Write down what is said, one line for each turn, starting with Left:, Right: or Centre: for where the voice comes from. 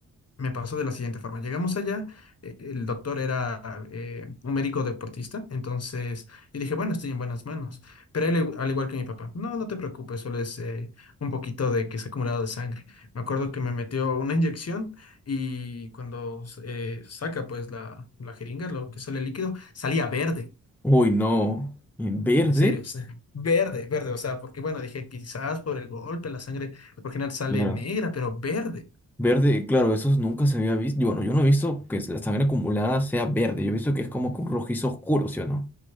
Left: me pasó de la siguiente forma. Llegamos allá, eh, el doctor era eh, un médico deportista, entonces yo dije, bueno, estoy en buenas manos. Pero él, al igual que mi papá, no, no te preocupes, solo es eh, un poquito de que se ha acumulado de sangre. Me acuerdo que me metió una inyección y cuando eh, saca pues la, la jeringa, lo que sale el líquido, salía verde.
Centre: Uy, no. ¿En ¿Verde?
Left: En serio, o sea, <laughs> verde, verde, o sea, porque bueno, dije quizás por el golpe la sangre por lo general sale
Centre: Claro.
Left: negra, pero verde.
Centre: Verde, claro, eso nunca se había visto. Bueno, yo no he visto que la sangre acumulada sea verde. Yo he visto que es como que un rojizo oscuro, ¿sí o no?